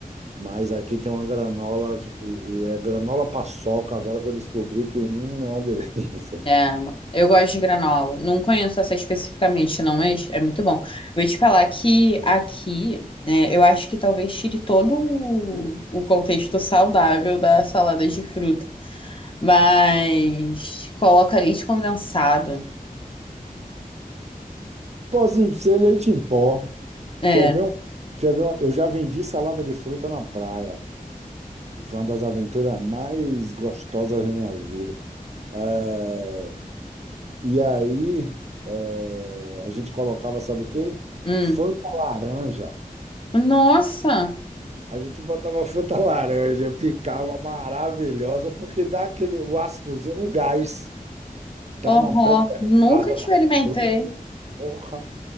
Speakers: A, on the right (about 50°); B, on the left (about 35°).
A: Mas aqui tem uma granola, e, e é granola paçoca, agora que eu descobri que hum, é uma delícia.
B: É, eu gosto de granola. Não conheço essa especificamente, não, mas é muito bom. Vou te falar que aqui, né, eu acho que talvez tire todo o, o contexto saudável da salada de fruta. Mas coloca leite condensado.
A: Pode ser leite em pó.
B: É.
A: Quer ver um, quer ver um, eu já vendi salada de fruta na praia. Foi uma das aventuras mais gostosas da minha vida. É, E aí, eh, a gente colocava, sabe o quê?
B: Hum.
A: Fanta laranja.
B: Nossa!
A: A gente botava <laughs> Fanta laranja, ficava maravilhosa, porque dá aquele, o ácidozinho, o gás, dá
B: Uhum.
A: uma preservada
B: Nunca experimentei.
A: na fruta. Porra!